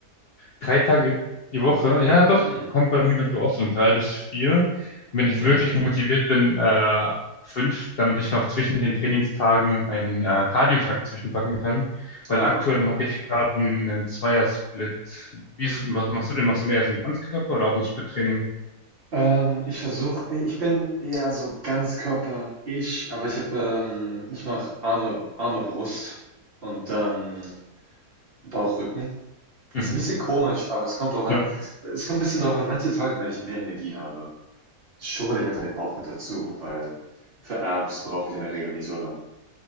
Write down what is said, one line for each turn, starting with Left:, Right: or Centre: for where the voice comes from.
Left: Drei Tage die Woche, ja doch,
Right: Hm,
Left: kommt bei mir dafür auch so um drei bis vier. Und Wenn ich
Right: ja.
Left: wirklich motiviert bin, äh, fünf, damit ich noch zwischen den Trainingstagen einen äh, Cardio-Tag zwischenpacken kann. Weil
Right: Ah,
Left: aktuell mache ich gerade einen, einen Zweier-Split. Wie ist, es- was machst du denn? Machst du mehr so einen Ganzkörper oder auch ein Split-Training?
Right: Ähm, ich versuche, ich bin eher so Ganzkörper-ich, aber ich habe, ähm, ich mache Arme, Arme, Brust und dann Bauch, Rücken.
Left: Mhm.
Right: Ist ein bisschen komisch, aber es kommt drauf an.
Left: Ja.
Right: Es kommt ein bisschen drauf an, manche Tage, wenn ich mehr Energie habe, schummel ich einfach den Bauch mit dazu, weil für Abs brauche ich in der Regel nicht so lang.